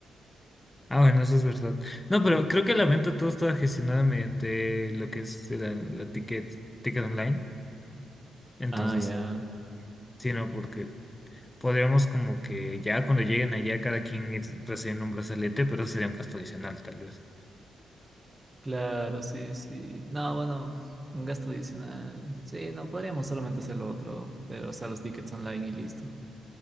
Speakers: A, on the left; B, on the right.
A: Ah, bueno, eso es verdad. No, pero creo que la venta todo está gestionada mediante lo que es la, la ticket, ticket online. Entonces,
B: Ah, ya.
A: sí, no, porque podríamos como que ya cuando lleguen allá cada quien ir recibiendo un brazalete, pero sería un gasto adicional, tal vez.
B: Claro, sí, sí. No, bueno, un gasto adicional. Sí, no, podríamos solamente hacer lo otro, pero o sea, los tickets online y listo.